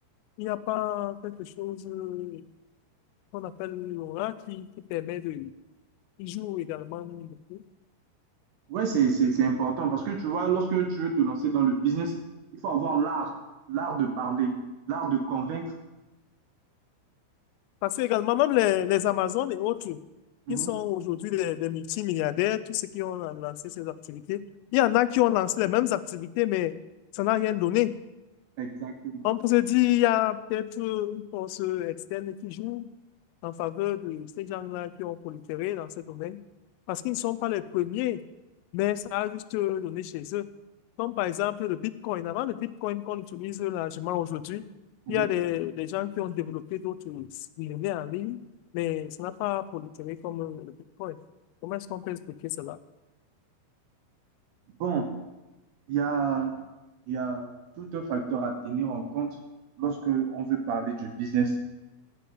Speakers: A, on the left; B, on the right.
A: Il n'y a pas quelque chose euh, qu'on appelle l'aura, qui, qui permet de... Ils jouent également beaucoup.
B: ouais, c'est, c'est, c'est important parce que tu vois, lorsque tu veux te lancer dans le business, il faut avoir l'art, l'art de parler, l'art de convaincre.
A: Parce que également, même les, les Amazones et autres,
B: Mhm,
A: qui sont aujourd'hui des, des multimilliardaires, tous ceux qui ont lancé ces activités, il y en a qui ont lancé les mêmes activités, mais ça n'a rien donné.
B: Exactement.
A: On peut se dire, il y a peut-être une force externe qui joue en faveur de ces gens-là qui ont proliféré dans ce domaine, parce qu'ils ne sont pas les premiers, mais ça a juste donné chez eux. Comme par exemple le Bitcoin. Avant le Bitcoin qu'on utilise largement aujourd'hui,
B: mhm.
A: il y a des, des gens qui ont développé d'autres monnaies en ligne, mais ça n'a pas proliféré comme le Bitcoin. Comment est-ce qu'on peut expliquer cela?
B: Bon, il y a, il y a tout un facteur à tenir en compte lorsque on veut parler du business.